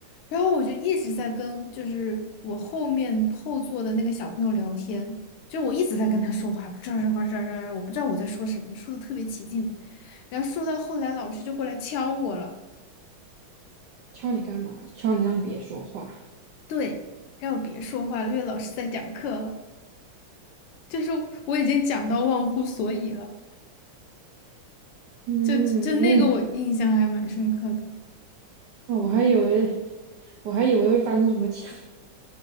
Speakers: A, on the left; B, on the right.
A: 然后我就一直在跟就是我后面后座的那个小朋友聊天，就我一直在跟他说话，这这这这这，我不知道我在说什么，说的特别起劲，然后说到后来老师就过来敲我了，
B: 敲你干嘛？敲你让你别说话。
A: 对，让我别说话了因为老师在讲课了，就是我已经讲到忘乎所以了，
B: 嗯，
A: 就就那个我印象还蛮深刻的。
B: 那你哦，我还以为我还以为会发生什么其他